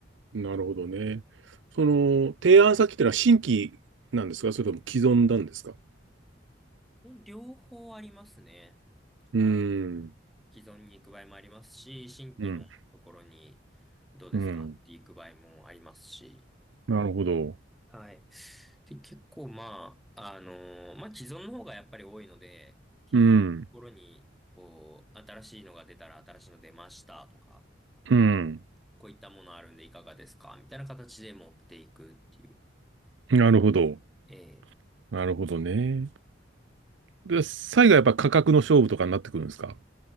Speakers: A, on the right (about 70°); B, in the centre.
A: ど、なるほどね。その、提案先ってのは新規なんですかそれとも既存なんですか
B: うん両方ありますね。
A: うん、
B: あ、既存に行く場合もありますし、新規のところにどうですかって行く場合もありますし。
A: うん、うん。なるほど。
B: はい。で、結構まあ、あのーまあ、既存の方がやっぱり多いので、既存のところに、
A: うん、
B: こう、新しいのが出たら新しいの出ましたとか、
A: うん。
B: こういったものあるんでいかがですかみたいな形で持っていくっていう。
A: なるほど。
B: ええ
A: なるほどね。で、最後はやっぱ価格の勝負とかになってくるんですか